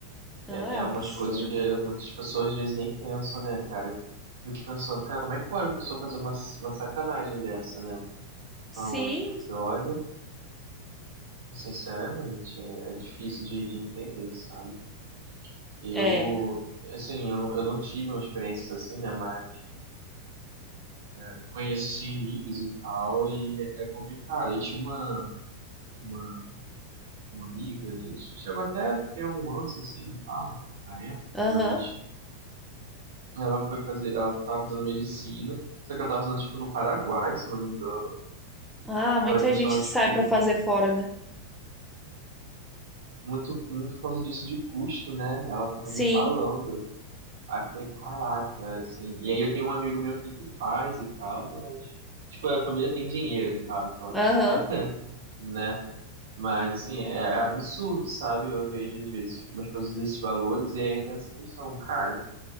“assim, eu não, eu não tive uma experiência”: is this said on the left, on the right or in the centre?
Right